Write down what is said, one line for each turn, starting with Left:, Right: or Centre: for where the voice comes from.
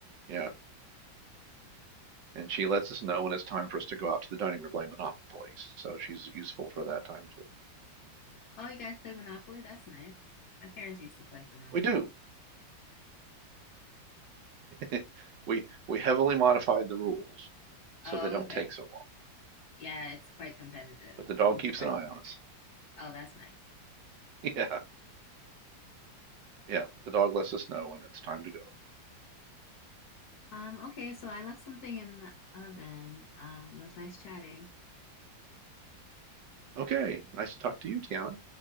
Right: Yeah. And she lets us know when it's time for us to go out to the dining room to play Monopoly. So she's useful for that time too.
Left: Oh, you guys play Monopoly? That's nice. My parents used to play Monopoly.
Right: We do. <laughs> We we heavily modified the rules so
Left: Oh,
Right: they don't
Left: okay.
Right: take so long.
Left: Yeah, it's quite competitive.
Right: But the dog
Left: It can be
Right: keeps
Left: quite
Right: an eye
Left: competitive.
Right: on us.
Left: Oh, that's nice.
Right: <laughs> Yeah, yeah. The dog lets us know when it's time to go.
Left: Um, okay, so I left something in the oven. Um, it was nice chatting.
Right: Okay. Nice to talk to you, Tiana.